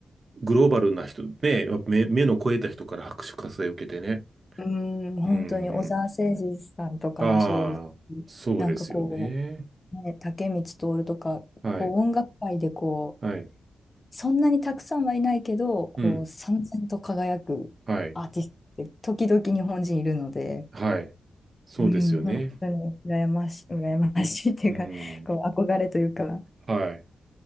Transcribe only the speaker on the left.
うん、本当に、
小澤征爾さんとかもそうですし、
なんかこう、ね、竹光徹とか、
こう、音楽界でこ
う、そんなにたくさんはいないけど、こう、
燦然と輝くアーティストって、
時々日本人いるので、
うん、本当に羨ましい、羨ましいっていうか、
こう憧れというか、